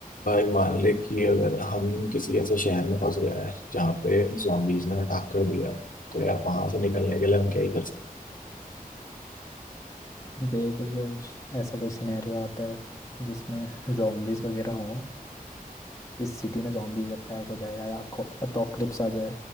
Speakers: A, on the left; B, on the left.
A: भाई मान ले कि अगर हम किसी ऐसे शहर में फंस गए हैं जहाँ पे zombies ने अटैक कर दिया है तो यार वहां से निकलने के लिए हम क्या ही कर सकते
B: देख अगर ऐसा कोई सिनेरियो आता है जिसमें जॉम्बीज वगैरह हो जिस सिटी में जॉम्बीज अटैक हो जाए या अपोकलिप्स आ जाए